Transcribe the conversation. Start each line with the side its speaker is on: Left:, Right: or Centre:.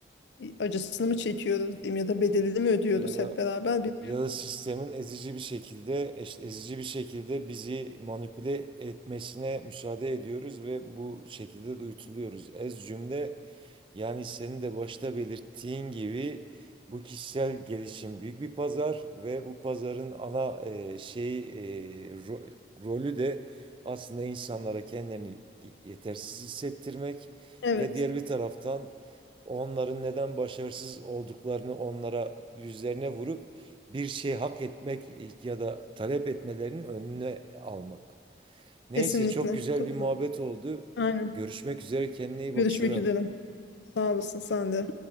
Left: acısını mı çekiyoruz diyeyim ya da bedelini mi ödüyoruz
Right: Ya da
Left: hep beraber? Bir...
Right: ya da sistemin ezici bir şekilde eş- ezici bir şekilde bizi manipüle etmesine müsaade ediyoruz ve bu şekilde de uyutuluyoruz. Ez cümle Yani senin de başta belirttiğin gibi bu kişisel gelişim büyük bir pazar ve bu pazarın ana e, şeyi e, ro- rolü de aslında insanlara kendilerini yetersiz hissettirmek
Left: Evet,
Right: ve diğer bir taraftan onların neden başarısız olduklarını onlara yüzlerine vurup bir şey hak etmek ya da talep etmelerinin önüne almak. Neyse
Left: kesinlikle
Right: çok güzel
Left: katılıyorum.
Right: bir muhabbet oldu.
Left: Aynen.
Right: Görüşmek üzere kendine iyi
Left: Görüşmek
Right: bak Serap.
Left: üzere. Sağ olasın sen de.